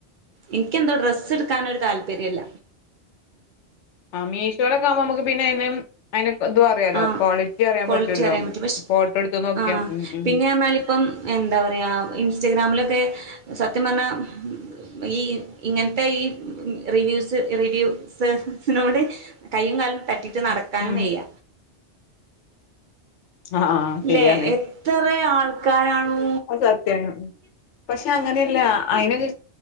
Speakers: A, on the right; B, on the left.
A: എനിക്കെന്തോ ഡ്രസ്സ്ടുക്കാനൊരു താല്പര്യല്ല.
B: ആ മീശോലൊക്കെ ആവുമ്പോ നമുക്ക് പിന്നെ അയിന് അയിന് ഇതും അറിയാലോ
A: ആ
B: ക്വാളിറ്റി അറിയാൻ
A: ക്വളിറ്റി
B: പറ്റുവല്ലോ
A: അറിയൻ പറ്റും, പഷ്
B: ഫോട്ടോ എടുത്ത് നോക്കിയാ
A: ആ
B: ഉം ഉം
A: പിന്നേ പറഞ്ഞാൽ ഇപ്പം എന്താ പറയാ ഇൻസ്റ്റാഗ്രാമില് ക്കെ സത്യം പറഞ്ഞാൽ ഈ ഇങ്ങനത്തെ ഈ റിവ്യൂസ് റിവ്യൂ സ് സിനോട് കയ്യും കാലും തട്ടി നടക്കാനും
B: ഉം
A: വയ്യ.
B: ആ ആഹ് ശെരിയാണ്,
A: ല്ലേ എത്ര ആൾക്കാരാണോ
B: അത് സത്യാണ്, പക്ഷേ അങ്ങനെയല്ല അയിന് ഒരു